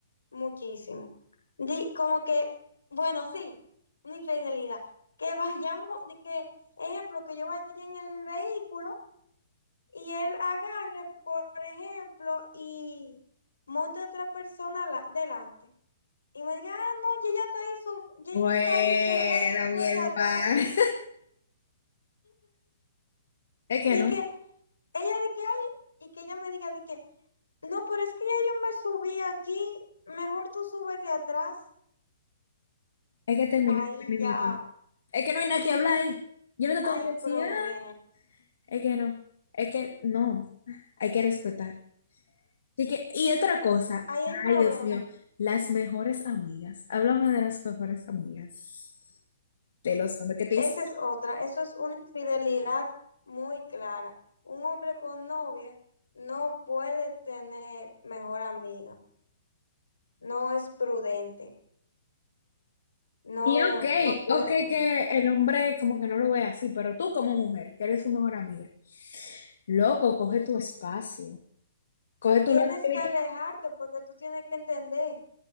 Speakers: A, on the left; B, on the left.
A: muchísimo. Di, como que, bueno, sí, una infidelidad. Que vayamos, de que, ejemplo, que yo vaya en el vehículo y él agarre, por ejemplo, y monte a otra persona la- delante. Y me diga, ah, no, ya ella está ahí, su- ya
B: Bueno,
A: ella está ahí sentada, súbete
B: mi hermano.
A: atrás.
B: <laughs> Es que
A: De
B: no,
A: que ella di que, ay, y que ella me diga, de que, no, pero es que ya yo me subí aquí, mejor tú súbete atrás.
B: es que termina
A: Ahí
B: con el mimito.
A: ya
B: Es que no hay nada que hablar ahí. Yo no te
A: hay
B: tengo que decir,
A: problema,
B: ah, es que no, es que no, hay que respetar. Así que, y otra cosa,
A: ahí hay problema.
B: ay Dios mío, las mejores amigas. Háblame de las mejores amigas. De los hombres que te
A: Esa
B: dicen,
A: es otra, eso es una infidelidad muy clara. Un hombre con novia no puede tener mejor amiga, no es prudente, no,
B: Y ok,
A: no puede
B: ok
A: en
B: que el hombre como que no lo ve así, pero tú como mujer, que eres su mejor amiga, loco, coge tu espacio, coge tu
A: Tienes
B: lado, que
A: que
B: di
A: alejarte
B: que,
A: porque tú tienes que entender.